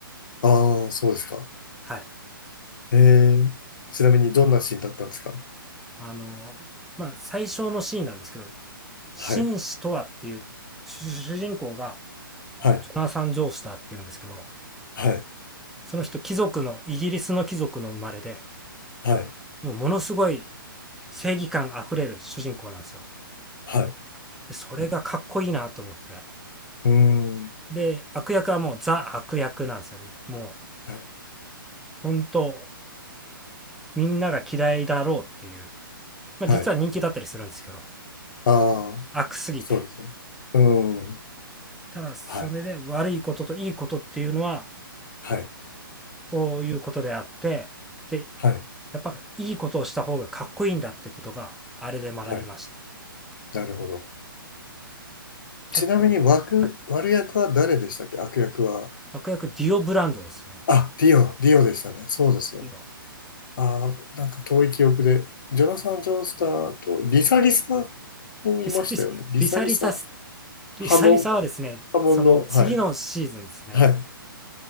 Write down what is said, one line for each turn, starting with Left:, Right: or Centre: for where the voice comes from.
Left: ああ、そうですか。
Centre: はい。
Left: ええ、ちなみにどんなシーンだったんですか
Centre: あの、まあ、最初のシーンなんですけど、紳士とはっていう主人公が
Left: はい、はい、
Centre: ジョナサン・ジョースターっていうんですけど、
Left: はい、
Centre: その人貴族の、イギリスの貴族の生まれで、
Left: はい、
Centre: もうものすごい正義感あふれる主人公なんですよ。
Left: はい。
Centre: でそれがかっこいいなと思って。
Left: うーん、
Centre: で、悪役はもうザ悪役なんですよね。もう
Left: はい、
Centre: 本当、
Left: はい。
Centre: みんなが嫌いだろうっていう。まあ実は人気だったりするんですけど、
Left: はいああ、
Centre: 悪すぎて。
Left: そうですね。うーん、
Centre: ただそれで悪いことといいことっていうのは
Left: はい、はい、
Centre: こういうことであって、で、
Left: はい、
Centre: やっぱいいことをした方がかっこいいんだってことが、あれで学びました。
Left: はい。なるほど。
Centre: 結構、
Left: ちなみに悪、
Centre: はい。
Left: 悪役は誰でしたっけ悪役は。
Centre: 悪役ディオブランドですね。
Left: あ、ディオ、ディオでしたね。そうですね。
Centre: ディオ。
Left: ああ、なんか遠い記憶で。ジョナサン・ジョースターと、リサリサもいましたよね。
Centre: リサリサ、
Left: リサリサ。
Centre: リサリサリサリサはですね、
Left: 波紋、波紋の、
Centre: その次のシーズンですね。
Left: はい、はい。